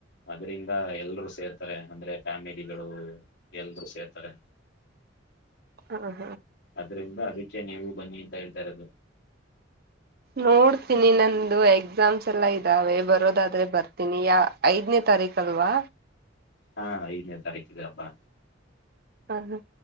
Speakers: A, on the left; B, on the right.
A: ಅ್ರ ಗ ಎಲ್ರೂ ಸೇರ್ತಾರೆ ಅಂದ್ರೆ ಕಫ್ಯಾಮಿಲಿಗಳು ಎಲ್ರೂ ಸೇರ್ತಾರೆ
B: ಹ ಹ
A: ಅದ್ರಿಂದ ಅದಕ್ಕೆ ನೀವು ಬನ್ನಿ ಅಂತ ಹೇಳ್ತಾ ಇರೋದು
B: ನೋಡ್ತೀನಿ ನಂದು ಎಕ್ಸಾಮ್ಸ್ ಎಲ್ಲಾ ಇದ್ದಾವೆ ಬರೋದಾದ್ರೆ ಬರ್ತೀನಿ ಯ ಐದನೇ ತಾರೀಕ ಅಲ್ವಾ
A: ಹಾ ಐದನೇ ತಾರೀಕಿಗೆ ಹಬ್ಬಾ
B: ಹ ಹ